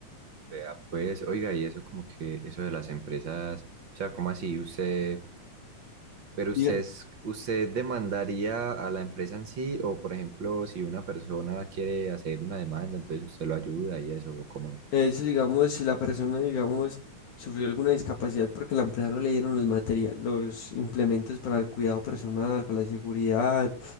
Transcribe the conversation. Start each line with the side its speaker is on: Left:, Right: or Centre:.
Right: Vea, pues, oiga, y eso como que, eso de las empresas, o sea, ¿cómo así? Usted, pero usted,
Left: Diga-
Right: es- usted demandaría a la empresa en sí, o por ejemplo, si una persona quiere hacer una demanda, entonces usted lo ayuda y eso, ¿cómo es?
Left: Es, digamos, si la persona, digamos, sufrió alguna discapacidad porque la empresa no le dieron los materiales, los implementos para el cuidado personal, para la seguridad,